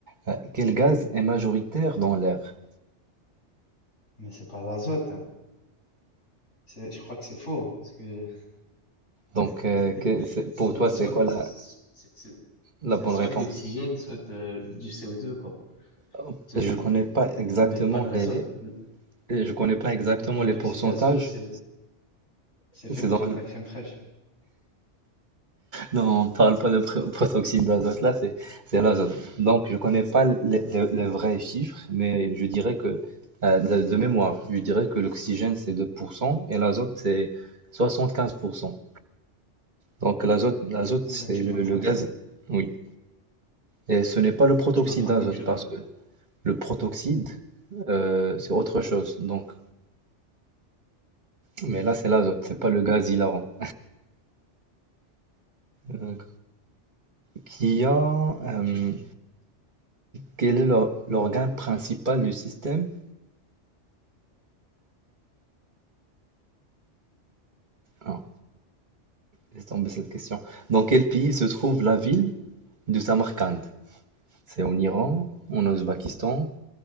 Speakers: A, on the right (about 40°); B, on the left (about 75°).
A: Euh, quel gaz est majoritaire dans l'air?
B: Mais c'est pas l'azote. hein. C'est- Je crois que c'est faux. hein, Parce que
A: Donc,
B: <laughs>
A: euh, que- c'est-
B: c'est
A: pour toi,
B: soit,
A: c'est quoi
B: c'est
A: la,
B: c'est-
A: la
B: c'est
A: bonne
B: soit
A: réponse?
B: l'oxygène, soit euh, du CO2, quoi.
A: Euh,
B: Soit
A: Je
B: du,
A: connais pas exactement
B: mais pas de
A: les,
B: l'azote. Le-
A: euh, je connais pas exactement
B: Les protoxydes
A: les pourcentages.
B: d'azote, c'est c'est fait
A: C'est
B: pour
A: dans
B: faire
A: le-
B: de la crème fraîche.
A: non, on parle pas de pré- protoxyde d'azote là, c'est c'est l'azote. Donc je connais pas les, les- les vrais chiffres, mais je dirais que euh, de, de mémoire, je dirais que l'oxygène c'est 2% et l'azote c'est
B: Mhm.
A: 75%. Donc l'azote, l'azote,
B: Ben,
A: c'est
B: tu
A: le,
B: m'apprends,
A: le gaz, oui. Et ce n'est pas le protoxyde
B: tu m'apprends
A: d'azote
B: quelque chose
A: parce
B: là.
A: que le protoxyde, euh, c'est autre chose. Donc, mais là, c'est l'azote, c'est pas le gaz hilarant. Euh, qui a, euh,
B: Ok.
A: quel est l'or- l'organe principal du système? Ah, laisse tomber cette question. Dans quel pays se trouve la ville de Samarcande? C'est en Iran, en Ouzbékistan,